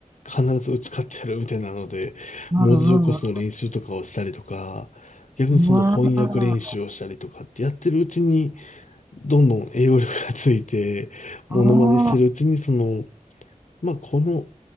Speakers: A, on the left (about 65°); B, on the right (about 20°).
A: 必ず打ち勝ってやるみたいなので、
B: うんうん。
A: 文字起こしの練習とかをしたりとか、逆にその翻訳練習をしたりとかってやってるうちに、
B: うわあ
A: どんどん栄養力がついて、モノマネしてるうちに、
B: あー、
A: その、まあ、この、